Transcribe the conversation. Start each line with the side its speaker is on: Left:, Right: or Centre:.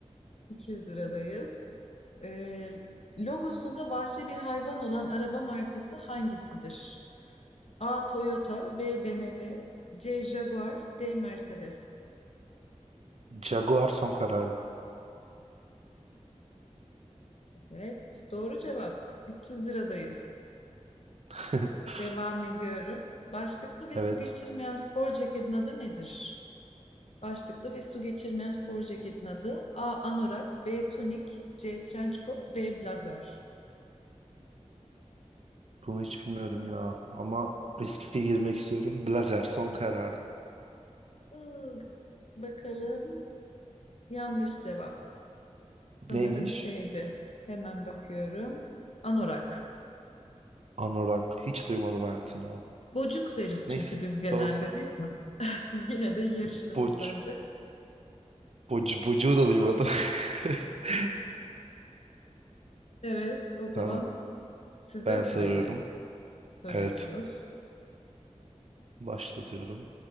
Left: 200 liradayız. Ee, logosunda vahşi bir hayvan olan araba markası hangisidir? A. Toyota, B. BMW, C. Jaguar, D. Mercedes.
Right: Jaguar son kararım.
Left: Evet, doğru cevap. 300 liradayız.
Right: <laughs>
Left: Devam ediyorum. Başlıklı ve
Right: Evet.
Left: su geçirmeyen spor ceketin adı nedir? Başlıklı ve su geçirmeyen spor ceketin adı A. Anorak, B. Tunik, C. Trençkot, D. Blazer.
Right: Bunu hiç bilmiyorum ya. Ama riske girmek istiyorum. Blazer son kararım.
Left: Iı, bakalım. Yanlış cevap. Sanırım
Right: Neymiş?
Left: şeydi. Hemen bakıyorum. Anorak.
Right: Anorak. Hiç duymadım hayatımda.
Left: Gocuk deriz
Right: Neyse
Left: çünkü biz genelde
Right: olsun.
Left: değil mi? <laughs> Yine de yarıştınız
Right: Boc,
Left: bence.
Right: boc, bocuğu da duymadım. <laughs>
Left: Evet, o zaman
Right: Tamam.
Left: sizde
Right: Ben
Left: mi sıra
Right: soruyorum.
Left: yine soruyorsunuz?
Right: Evet. Başlatıyorum.